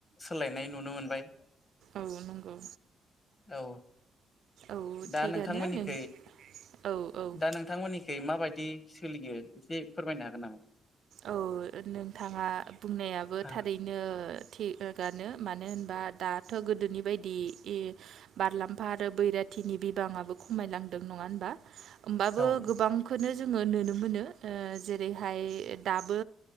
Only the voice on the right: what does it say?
औ नंगौ।
औ
थिगानो
नों औ औ
औ नोंथाङा बुंनायाबो
थारैनो। थि गानो मानो होनबा दाथ' गोदोनि बायदि। बारलामफा आरो बैराथिनि बिबाङाबो खमायलांदों नङा होनबा। होमबाबो
गोबांखौनो जोङो नुनो मोनो जेरैहाय। दाबो